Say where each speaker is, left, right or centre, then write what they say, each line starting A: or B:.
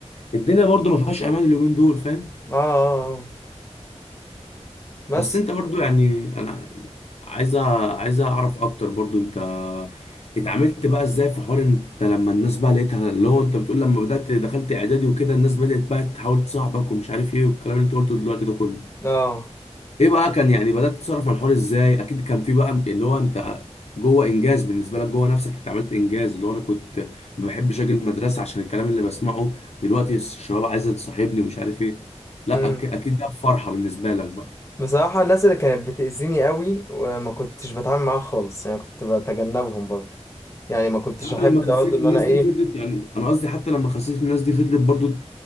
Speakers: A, on the left; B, on the left.
A: الدنيا برضو ما فيهاش امان اليومين دول فاهم
B: اه آه. بس
A: بس انت برضو يعني انا عايز أ- عايز اعرف اكتر برضو انت اتعاملت بقى ازاي في حوار انت لما الناس بقى لقيتها اللي هو انت بتقول لما بدأت دخلت اعدادي وكده الناس بدأت بقى تحاول تصاحبك ومش عارف ايه والكلام اللي انت قلته دلوقتي ده كله
B: اه
A: ايه بقى كان يعني بدأت تتصرف مع الحوار ازاي اكيد كان في بقى اللي هو انت جوه انجاز بالنسبه لك جوه نفسك انت عملت انجاز اللي هو انا كنت ما بحبش اجي المدرسه عشان الكلام اللي بسمعه دلوقتي الشباب عايزه تصاحبني ومش عارف ايه لا
B: امم
A: أك- اكيد ده فرحه بالنسبه لك بقى
B: بصراحة الناس اللي كانت بتأذيني قوي وما كنتش بتعامل معاها خالص يعني كنت بتجنبهم برضه يعني ما كنتش
A: حتى
B: احب
A: لما خسيت
B: برضه
A: الناس
B: ان انا ايه
A: دي فضلت يعني انا قصدي حتى لما خسيت الناس دي فضلت برضو